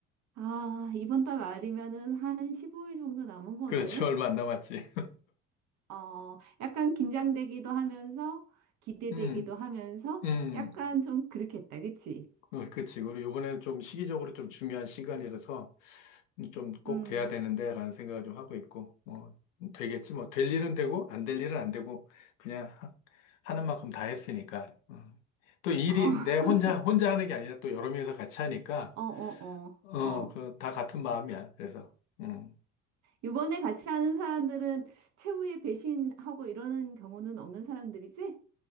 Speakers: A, on the right (about 45°); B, on the left (about 70°).
A: 아, 이번 달 말이면은 한 15일 정도 남은 거네.
B: 그렇지. <laughs> 얼마 안 남았지.
A: 어, 약간 긴장되기도 하면서 기대되기도
B: 음.
A: 하면서
B: 음.
A: 약간 좀 그렇겠다, 그치?
B: 그- 그치. 그리고 요번에는 좀 시기적으로 좀 중요한 시간이라서 좀 꼭
A: 음,
B: 돼야 되는데라는 생각을 좀 하고 있고, 뭐, 되겠지. 뭐, 될 일은 되고, 안 될 일은 안 되고, 그냥 하- 하는 만큼 다 했으니까. 어. 또 일이
A: 어,
B: 내 혼자,
A: <laughs>
B: 혼자 하는 게 아니라 또 여러 명이서 같이 하니까,
A: 어, 어,
B: 어,
A: 어, 어.
B: 그, 다 같은 마음이야. 그래서, 음.
A: 요번에 같이 하는 사람들은 최후에 배신하고 이러는 경우는 없는 사람들이지?